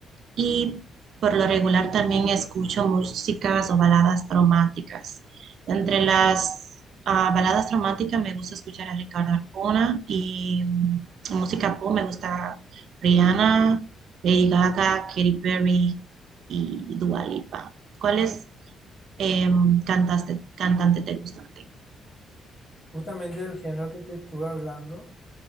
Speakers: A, on the right; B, on the left.
A: y por lo regular también escucho músicas o baladas románticas. Entre las ah, baladas románticas me gusta escuchar a Ricardo Arjona y mm, música pop me gusta Rihanna, Lady Gaga, Katy Perry y Dua Lipa. ¿Cuáles em, cantaste- cantante te gusta a ti?
B: Justamente el género que te estuve hablando,